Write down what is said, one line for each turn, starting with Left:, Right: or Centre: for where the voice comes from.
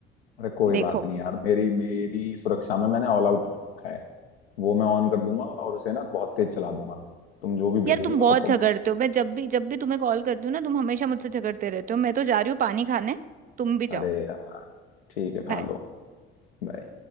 Left: अरे कोई
Right: देखो
Left: बात नहीं यार मेरी मेरी सुरक्षा में मैंने ऑल आउट रखा है वो मैं ऑन कर दूंगा और उसे ना बहुत तेज चला दूंगा तुम जो भी
Right: यार
Left: भेजोगी
Right: तुम
Left: वो
Right: बहुत
Left: सबको
Right: झगड़ते हो मैं जब भी जब भी तुम्हें कॉल करती हूँ ना तुम हमेशा मुझसे झगड़ते रहते हो मैं तो जा रही हूँ पानी खाने तुम भी
Left: अरे
Right: जाओ
Left: यार ठीक है
Right: बाय
Left: खा लो Bye.